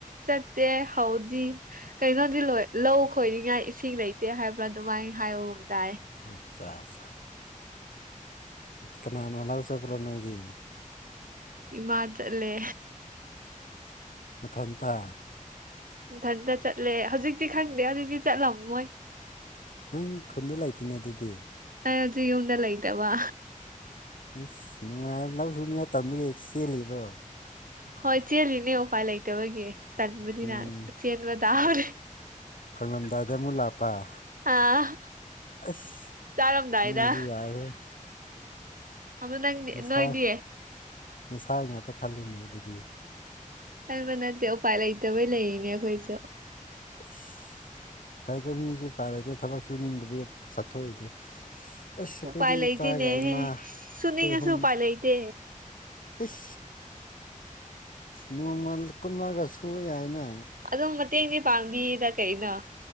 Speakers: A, on the right; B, on the left.
A: ꯆꯠꯇꯦ ꯍꯧꯗꯤ ꯀꯩꯅꯣꯗꯤ ꯂꯣꯏ ꯂꯧ ꯈꯣꯏꯅꯤꯡꯉꯥꯏ ꯏꯁꯤꯡ ꯂꯩꯇꯦ ꯍꯥꯏꯕ꯭ꯔꯥ ꯑꯗꯨꯃꯥꯏ ꯍꯥꯏꯕꯒꯨꯝ ꯇꯥꯏ
B: ꯑꯠꯆꯥ ꯑꯠꯆꯥ ꯀꯅꯥꯅ ꯂꯧ ꯆꯠꯄ꯭ꯔꯣ ꯅꯣꯏꯗꯤ
A: ꯏꯃꯥ ꯆꯠꯂꯦ
B: ꯃꯊꯟꯇ
A: ꯏꯊꯟꯇ ꯆꯠꯂꯦ ꯍꯧꯖꯤꯛꯇꯤ ꯈꯪꯗꯦ ꯍꯧꯖꯤꯛꯇꯤ ꯆꯠꯂꯝꯃꯣꯏ
B: ꯅꯪ ꯈꯨꯟꯗ ꯂꯩꯇꯦꯅꯦ ꯑꯗꯨꯗꯤ
A: ꯑꯩ ꯍꯧꯖꯤꯛ ꯌꯨꯝꯗ ꯂꯩꯇꯕ
B: ꯏꯁ ꯅꯨꯡꯉꯥꯏꯔꯦ ꯂꯧ ꯁꯨꯅꯤꯉꯥꯏ ꯇꯟꯕꯒꯤ ꯆꯦꯜꯂꯤꯔꯣ
A: ꯍꯣꯏ ꯆꯦꯜꯂꯤꯅꯦ ꯎꯄꯥꯏ ꯂꯩꯇꯕꯒꯤ ꯇꯟꯕꯅꯤꯅ
B: ꯎꯝ
A: ꯆꯦꯟꯕ ꯇꯥꯕꯅꯦ
B: ꯐꯪꯂꯝꯗꯥꯏꯗ ꯑꯃꯨꯛ ꯂꯥꯛꯄ ꯑꯥ
A: ꯑꯥ
B: ꯑꯁ
A: ꯆꯥꯔꯝꯗꯥꯏꯗ
B: ꯅꯪꯖꯨ ꯌꯥꯏꯍꯦ
A: ꯑꯗꯨ ꯅꯪꯗꯤ
B: ꯅꯁꯥꯏ
A: ꯅꯣꯏꯗꯤ
B: ꯅꯁꯥꯏ ꯉꯥꯛꯇ ꯈꯜꯂꯤꯅꯦ ꯑꯗꯨꯗꯤ
A: ꯈꯟꯕ ꯅꯠꯇꯦ ꯎꯄꯥꯏ ꯂꯩꯇꯕꯩ ꯂꯩꯔꯤꯅꯦ ꯑꯩꯈꯣꯏꯁꯨ
B: ꯑꯁ ꯑꯩꯒꯥ ꯃꯤꯒꯥ <unintelligible> ꯊꯕꯛ ꯁꯨꯅꯤꯡꯗꯕꯒꯤ ꯆꯠꯊꯣꯛꯏꯗꯨ ꯑꯁ ꯑꯩꯈꯣꯏꯗꯤ
A: ꯎꯄꯥꯏ ꯂꯩꯇꯦꯅꯦꯍꯦ
B: ꯏꯄꯥꯒ ꯏꯃꯥ ꯑꯩꯈꯣꯏ
A: ꯁꯨꯅꯤꯡꯉꯁꯨ
B: ꯑꯍꯨꯝ
A: ꯎꯄꯥꯏ ꯂꯩꯇꯦ
B: ꯑꯁ ꯅꯣꯡꯃ ꯀꯨꯝꯃꯥꯒ ꯁꯨꯕ ꯌꯥꯏꯅ
A: ꯑꯗꯨꯝ ꯃꯇꯦꯡꯗꯤ ꯄꯥꯡꯕꯤꯗ ꯀꯩꯅꯣ